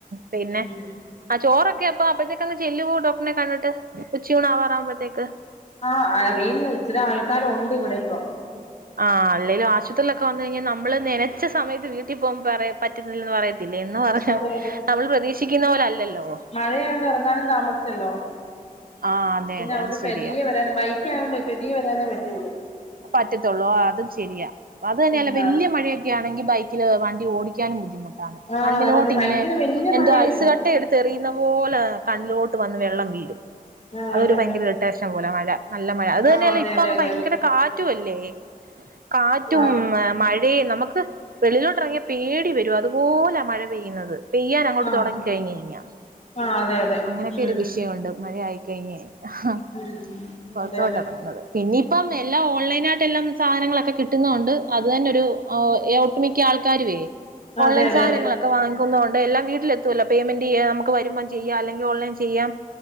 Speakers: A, on the right; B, on the left.
A: പിന്നെ
B: ഉം
A: അ ചോറൊക്കെ അപ്പ അപ്പഴത്തേക്കങ് ചെല്ലോ ഡോക്ടറിനെ കണ്ടിട്ട് ഉച്ചൂണ് ആവാറാവുമ്പോഴത്തേക്ക്
B: ആ അറിയില്ല ഇച്ചിരി ആൾക്കാരൊണ്ട് ഇവിടെപ്പം
A: ആ അല്ലേലും ആശുപത്രിൽക്കെ വന്ന് കഴിഞ്ഞാ നമ്മള് നെനച്ച സമയത്ത് വീട്ടിൽ പോവുപറയ പറ്റത്തില്ലല്ലോ പറയും പിന്നെ ന്ന് പറഞ്ഞ
B: അതെ
A: നമ്മള് പ്രതീക്ഷിക്ക്ന്ന പോലല്ലല്ലോ
B: മഴയായൊണ്ട് എറങ്ങാനും താമസിച്ചല്ലോ
A: ആ അതെ
B: പിന്നെ
A: അതെ
B: അവന്റെ
A: അത് ശരിയാ
B: പെതിയെ വെരാൻ ബൈക്ക് ആയതോണ്ട് പെതിയ വെരാനേ പറ്റുള്ളു
A: പറ്റത്തുള്ളൂ ആ അതും ശെരിയാ അത് തന്നെല്ല
B: ഉം
A: വെല്ല്യ
B: ആ
A: മഴയ ണെങ്കി ബൈക്കില് വണ്ടി ഓടിക്കാനും. ബുദ്ധിമുട്ടാണ്.
B: ആഹ്
A: കണ്ണിലോട്ടിങ്ങനെ
B: അതെ അതെ ഭയങ്കര വല്യ
A: എന്തോ
B: മഴയായിരുന്നു
A: ഐസ്കട്ട എട് തെറിയുന്ന പോലെ കണ്ണിലോട്ട് വന്ന് വെള്ളം വീഴും.
B: ആ
A: അതൊരു
B: അതെ
A: ഭയങ്കര
B: അതെ
A: ഇറിട്ടേഷൻ പോലെ മഴ നല്ല മഴ. അത്
B: ആഹ്
A: തന്നെയല്ലേ
B: അതെ
A: ഇപ്പ
B: അതെ
A: അങ്ങ്
B: അതെ
A: ഭയങ്കര
B: അതെ
A: കാറ്റും ല്ലേ. കാറ്റും
B: ആ
A: മ മഴി. തേ നമുക്ക് വെളിയിലോട്ടിറങ്ങിയ പേടി വരും. അതുപോലെ മഴ പെയ്യുന്നത്. പെയ്യാൻ അങ്ങോട്ട്
B: ആ
A: തുടങ്ങി കഴിഞ് കഴിഞ്ഞ
B: ആ അതെ അതെ
A: അങ്ങനെയൊക്കെ
B: ഉം
A: ഒരു വിഷയണ്ട് മഴ ആയി കഴിഞ് കഴിഞ്ഞ ആഹ്
B: ഉം
A: പുറത്തോട്
B: അതെ അതെ
A: ഇറങ്ങുന്നത് പിന്നെയിപ്പം എല്ലാം ഓൺലൈനായിട്ട് എല്ലാം സാധനങ്ങളൊക്കെ കിട്ടുന്നുണ്ട് അത് തന്നെ ഒരു ആഹ് ഉം മിക്ക ആൾക്കാരുവേ ഓൺലൈൻ
B: അതെ അതെ അതെ
A: സാധനങ്ങളൊ വാങ്ങികൊണ്ട് എല്ലാം വീട്ടിലെത്തോ ലോ പേയ്മെന്റ് ചെയ്യ നമുക്ക് വരുമ്പം ചെയ്യാം അല്ലെൽ ഓൺലൈൻ ചെയ്യാം